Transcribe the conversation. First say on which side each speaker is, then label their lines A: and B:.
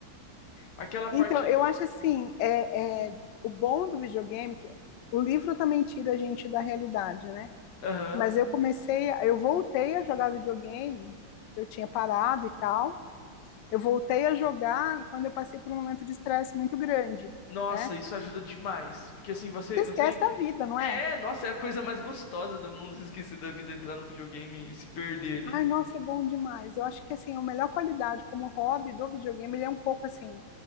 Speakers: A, on the left (about 90°); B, on the left (about 70°).
A: Aquela parte,
B: Então, eu acho assim, é, é, o bom do videogame, é que o livro também tira a gente da realidade, né?
A: aham,
B: Mas eu comecei, eu voltei a jogar videogame, eu tinha parado e tal. Eu voltei a jogar quando eu passei por um momento de estresse muito grande,
A: Nossa,
B: né?
A: isso ajuda demais, porque assim, você,
B: Você
A: você
B: esquece da vida, não
A: É,
B: é?
A: nossa, é a coisa mais gostosa do mundo, <laughs> se esquecer da vida, entrar num videogame e se perder ali.
B: Ai, nossa, é bom demais. Eu acho que assim, a melhor qualidade como hobby do videogame, ele é um pouco assim